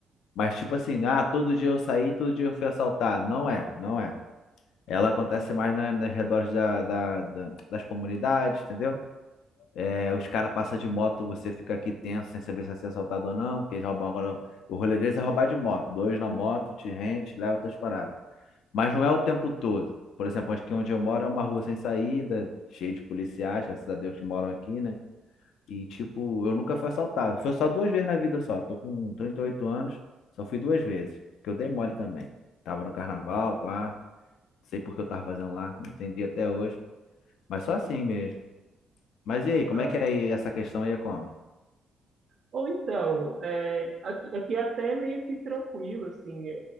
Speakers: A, on the left; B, on the right.
A: Mas tipo assim, ah, todo dia eu saí, todo dia eu fui assaltado Não é, não é. Ela acontece mais na, nas redores da, da- da- das comunidades, entendeu? É, os caras passam de moto, você fica aqui tenso, sem saber se vai ser assaltado ou não, porque eles roubam agora. O rolê deles é roubar de moto. Dois na moto, te rente, leva tuas paradas. Mas não é o tempo todo. Por exemplo, aqui onde eu moro é uma rua sem saída, cheia de policiais, graças a Deus que moram aqui, né? E, tipo, eu nunca fui assaltado. Fui assaltado duas vezes na vida só. Tô com 38 anos, só fui duas vezes. Que eu dei mole também. Tava no carnaval, pá. Sei por que eu tava fazendo lá, não entendi até hoje. Mas só assim mesmo. Mas e aí, como
B: Ah.
A: é que é aí essa questão aí é como?
B: Ou então, é, aqui, aqui é até meio que tranquilo, assim. É,